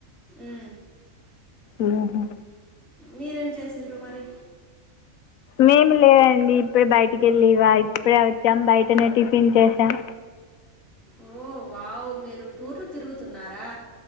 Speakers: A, in the centre; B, on the left.
A: అ
B: ఓహో
A: మీరేం చేసిండ్రు మరి
B: మేమి లేవండి ఇప్పుడ బయటికి వెళ్ళవా ఇప్పుడే వచ్చాం బయటనే టిఫిన్ చేసాం
A: ఓ వావ్ మీరు టూర్లు తిరుగుతున్నారా